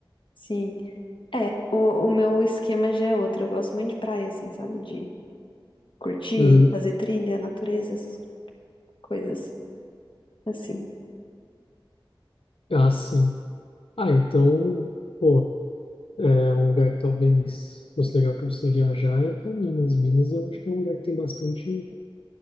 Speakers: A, on the left; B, on the left.
A: sim. É, o, o meu esquema já é outro. Eu gosto muito de praia, assim, sabe? De curtir,
B: Uhum.
A: fazer trilha, natureza, essas coisas assim.
B: Ah, sim. Ah, então, pô, é um lugar que talvez fosse legal para você viajar é para Minas. Minas eu acho que é um lugar que tem bastante,